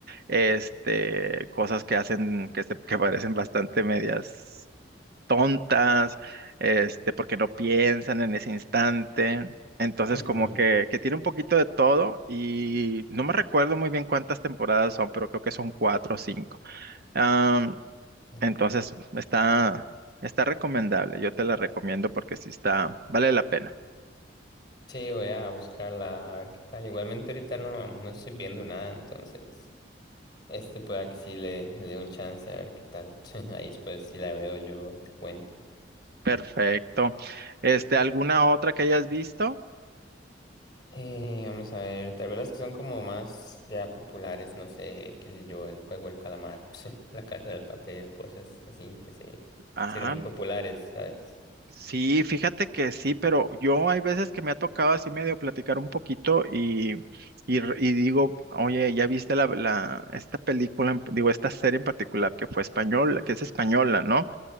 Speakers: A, on the right; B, on the left.
A: este, cosas que hacen, que, se- que parecen bastante medias tontas, este, porque no piensan en ese instante. Entonces,
B: ujú,
A: como que, que tiene un poquito de todo y no me recuerdo muy bien cuántas temporadas son, pero creo que son cuatro o cinco. Am,
B: Okay.
A: entonces, está, está recomendable. Yo te la recomiendo porque sí está, vale la pena.
B: Sí, voy a buscarla, a ver qué tal. Igualmente ahorita no, no estoy viendo nada, entonces... Este pueda que sí le, le dé un chance a ver qué tal. <laughs> Ahí después si la veo yo te cuento.
A: Perfecto. Este, ¿alguna otra que hayas visto?
B: Eh, vamos a ver, tal vez las que son como más ya populares, no sé, qué sé yo, el juego del calamar, <laughs> la casa del papel, cosas así que se
A: ah
B: hicieron muy populares, sabes
A: Sí, fíjate que sí, pero yo hay veces que me ha tocado así medio platicar un poquito y, y, r- y digo, oye, ¿ya viste la, la- esta película, en- digo, esta serie en particular que fue española, que es española, ¿no?